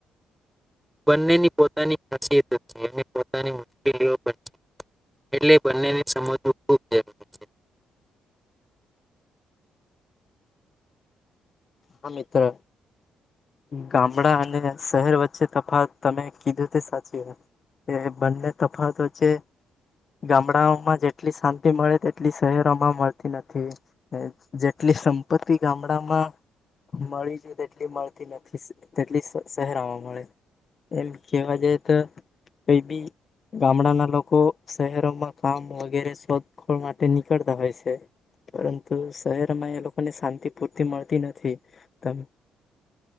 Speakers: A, in the centre; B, on the left.
A: બંનેની પોતાની ખાસિયત છે અને પોતાની મુશ્કેલીઓ પણ છે એટલે બંનેને સમજવું ખૂબ જરૂરી છે
B: હા મિત્ર ગામડા અને શહેર વચ્ચે તફાવત તમે કીધું તે સાચી કે બંને તફાવત વચ્ચે ગામડાઓમાં જેટલી શાંતિ મળે તેટલી શહેરોમાં મળતી નથી જેટલી સંપત્તિ ગામડામાં મળી છે તેટલી મળતી નથી તેટલી શહેરામાં મળે એમ કેવા જાય તો કઈ બી ગામડાના લોકો શહેરોમાં કામ વગેરે શોધખોળ માટે નીકળતા હોય છે પરંતુ શહેરમાં એ લોકોને શાંતિ પૂરતી મળતી નથી તમે